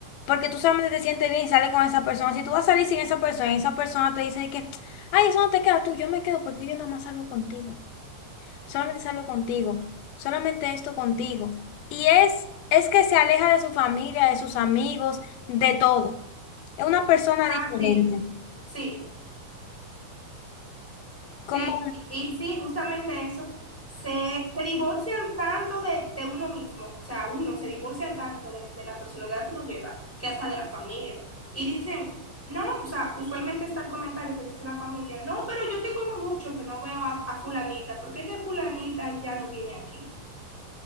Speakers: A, on the left (about 80°); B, in the centre.
A: porque tú solamente te sientes bien y sales con esa persona. Si tú vas a salir sin esa persona y esa persona te dice de que, ay, eso no te queda tú, yo me quedo porque yo nada más salgo contigo. solamente salgo contigo, solamente esto contigo. Y es, es que se aleja de su familia, de sus amigos, de todo. Es una persona
B: Ah,
A: diferente.
B: sí, sí.
A: Como,
B: Sí, y sí, justamente eso. Se, se divorcian tanto de, de uno mismo, o sea, uno se divorcia tanto de, de la personalidad que uno lleva, que hasta de la familia. Y dicen, no, o sea, usualmente está el comentario que dice la familia, no, pero yo tengo mucho que no veo a, a fulanita, ¿por qué es que fulanita ya no viene aquí?